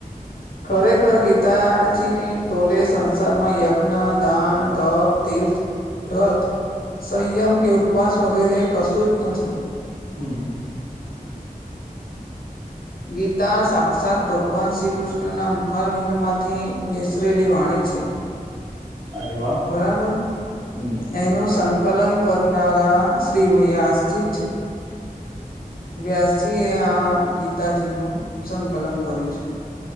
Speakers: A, on the left; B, on the right.
A: ખરેખર ગીતાજીની ટોલે સંસારમાં યજ્ઞ દાન તપ તીર્થ વ્રત સંયમ કે ઉપવાસ વગેરે કશું જ નથી.
B: હમ્મ હમ્મ હમ્મ.
A: ગીતા સાક્ષાત ભગવાન શ્રી કૃષ્ણના મુખારબિંદ માંથી નેસરેલી વાણી છે.
B: અરે વાહ
A: બરાબર
B: હમ્મ.
A: એનું સંકલન કરનારા શ્રી વ્યાસજી છે. વ્યાસીએ આ ગીતાજીનું સંકલન કર્યું છે.